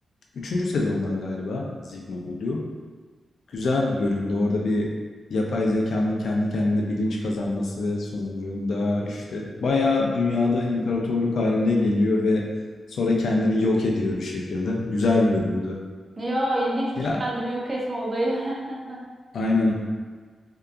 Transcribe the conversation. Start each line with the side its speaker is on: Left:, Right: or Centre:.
Left: üçüncü sezondan galiba Sigma Blue. Güzel bir bölümde Orada bir yapay zekanın kendi kendine bilinç kazanması ve sonucunda işte bayağı dünyada imparatorluk haline geliyor ve sonra kendini yok ediyor bir şekilde. Güzel bir bölümdü.
Right: Ya ilginçmiş
Left: Ya
Right: kendini yok etme olayı. <laughs>
Left: aynen.